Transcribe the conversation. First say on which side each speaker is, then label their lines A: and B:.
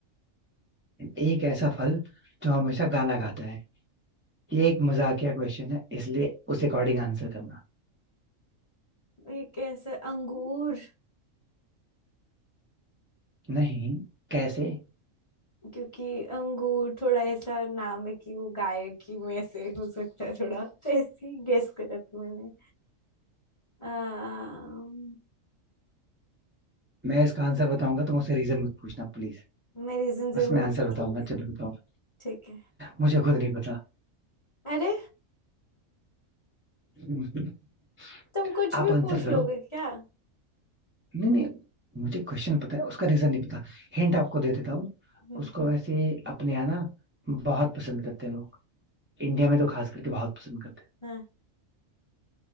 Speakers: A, on the right; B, on the left.
A: एक ऐसा फल जो हमेशा गाना गाता है ये एक मजाकिया क्वेश्चन है इसलिए उस अकॉर्डिंग आंसर करना
B: एक ऐसा अंगूर
A: नहीं कैसे
B: क्योंकि अंगूर थोड़ा ऐसा नाम है कि वो गाय की में से हो सकता है थोड़ा तो ऐसे ही गेस करा था मैंने अम्म,
A: मैं इसका आंसर बताऊंगा तो मुझसे रीजन मत पूछना प्लीज
B: मैं रीजन जरूर
A: बस मैं आंसर
B: पूछूंगी
A: बताऊंगा जब मैं बताऊंगा
B: ठीक है
A: मुझे खुद नहीं पता
B: अरे
A: <laughs>
B: तुम कुछ
A: आप
B: भी
A: आंसर
B: पूछ
A: करो
B: लोगे क्या
A: नहीं नहीं मुझे क्वेश्चन पता है उसका रीजन नहीं पता हिंट आपको दे देता हूँ
B: हम्म
A: उसको वैसे अपने यहाँ ना बहुत पसंद करते हैं लोग इंडिया में तो खास करके बहुत पसंद करते हैं
B: हाँ